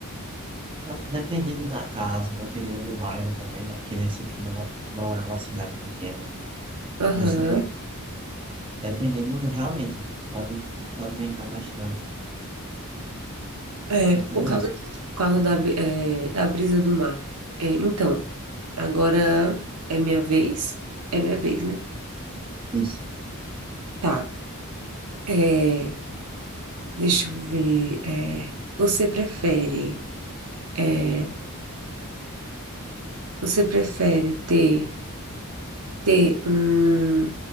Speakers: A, on the right; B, on the right.
A: Tá, Dependendo da casa, dependendo do bairro também, né? Porque Recife não, não é uma cidade pequena.
B: Aham.
A: Você, dependendo, realmente, pode, pode aumentar bastante
B: É,
A: em tudo
B: por causa
A: isso.
B: disso, por causa da, bri- é, da brisa do mar. É, então, agora é minha vez. É minha vez, né?
A: Isso.
B: Tá. É, deixa eu ver. É, você prefere, é, você prefere ter, ter um,